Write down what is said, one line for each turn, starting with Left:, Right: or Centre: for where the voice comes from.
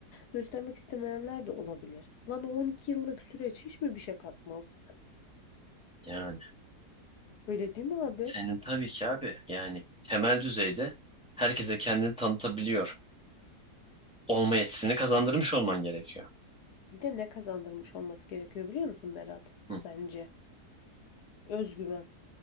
Left: göstermek istemeyenler de olabilir. Lan o 12 yıllık süreç hiç mi bir şey katmaz?
Centre: Yani
Left: Öyle değil mi abi?
Centre: senin tabii ki abi yani temel düzeyde herkese kendini tanıtabiliyor olma yetisini kazandırmış olman gerekiyor.
Left: Bir de ne kazandırmış olması gerekiyor biliyor musun Berat?
Centre: Hı.
Left: Bence. Özgüven.